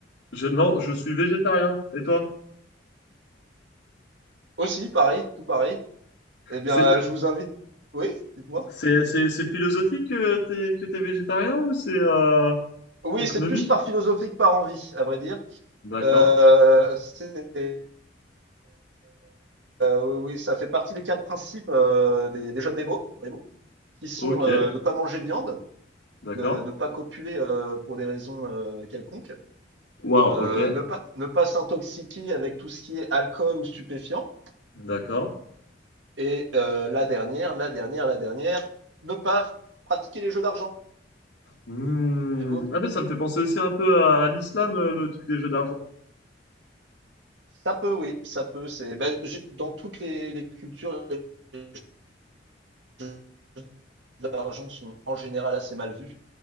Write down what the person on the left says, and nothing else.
je- non, je suis végétarien. Et toi?
C'est,
c'est, c'est, c'est philosophique que t'es, que t'es végétarien ou c'est euh,
économique?
D'accord.
Ok.
D'accord.
Waouh.
Ok.
D'accord.
Hmm.
Ah ben, ça me fait penser aussi un peu à, l'islam, euh, le truc des jeux d'argent.